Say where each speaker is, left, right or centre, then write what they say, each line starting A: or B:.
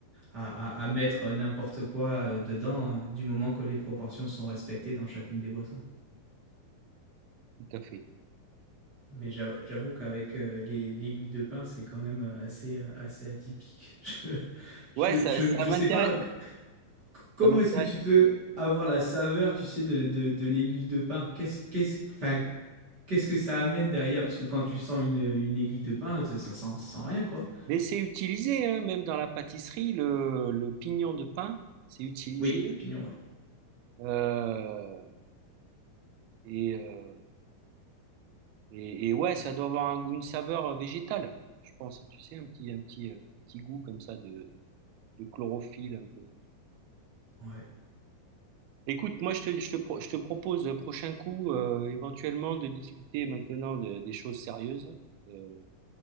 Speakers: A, on the right; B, on the right.
A: à, à- à mettre n'importe quoi euh, dedans, euh, du moment que les proportions sont respectées dans chacune des boissons.
B: tout café.
A: Mais j'a- j'avoue qu'avec euh, les- l'aiguille de pain, c'est quand même euh, assez, euh, assez atypique. <laughs> Je,
B: Ouais, ça,
A: je,
B: ça
A: je, je
B: m'intéresse.
A: sais pas c- comment
B: Ça m'intéresse.
A: est-ce que tu peux avoir la saveur, tu sais, de, de, de l'aiguille de pain. Qu'est-ce, qu'est-ce, enfin, qu'est-ce que ça amène derrière Parce que quand tu sens une, une aiguille de pain, ça, ça sent, ça sent rien, quoi.
B: Mais c'est utilisé, hein, même dans la pâtisserie, le, le pignon de pain, c'est utilisé.
A: Oui, le pignon, ouais.
B: Euh, et, euh, et, et ouais, ça doit avoir un goût- une saveur végétale, je pense. Tu sais, un petit, un petit, euh, petit goût comme ça de, de chlorophylle un peu.
A: Ouais,
B: Écoute, moi, je te, je te, pro- je te propose euh, prochain coup, euh, éventuellement, de discuter maintenant de- des choses sérieuses, euh,